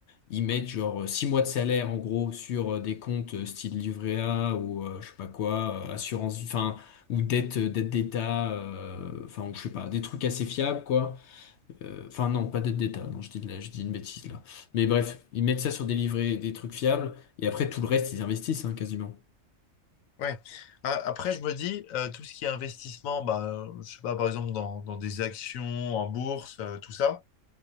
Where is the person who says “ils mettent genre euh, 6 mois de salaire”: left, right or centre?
Left